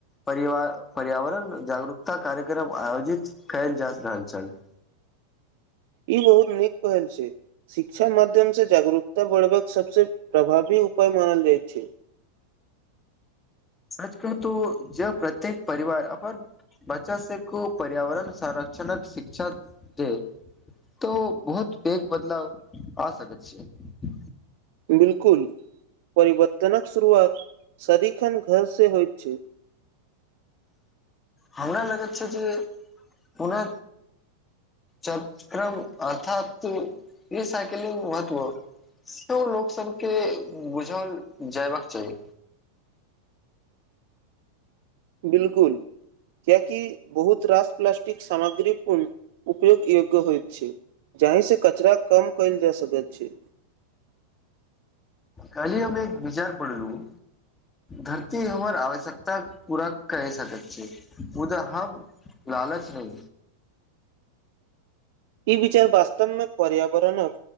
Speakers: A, on the left (about 15°); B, on the right (about 50°).
A: परिवार पर्यावरण जागरूकता कार्यक्रम आयोजित कैल जा रहल छल <inaudible>
B: ई बहुत नीक पहल छै शिक्षा माध्यम सँ जागरूकता बढ़बाक सभसँ प्रभावी उपाय मानल जाइत छै
A: सच कहु तो जब प्रत्येक परिवार अपन बच्चा से को पर्यावरण संरक्षण जनक शिक्षा दै तो बहुत पैघ बदलाव आ सकैत छैै
B: बिलकुल परिवर्तन तनक शुरुआत सदिखन घरसँ होइत छै
A: हमरा लगैत छै जे ओना चपक्रम अर्थात ई साइकलिंग महत्व से लोकसभके बुझल जयबाक चाही
B: बिलकुल क्यकि बहुत रास पलासटिक एक सामग्री पूर्ण उपयो योग्य होइ छै जहि सँ कचरा कम कयल जा सकैत छै
A: कलही हम एक विचार पढ़लू धरती हमर आवश्यकता पूरा करैत सकैत छै मुदा हम लालच हइ
B: ई विचार वास्तवमे पर्यावरणक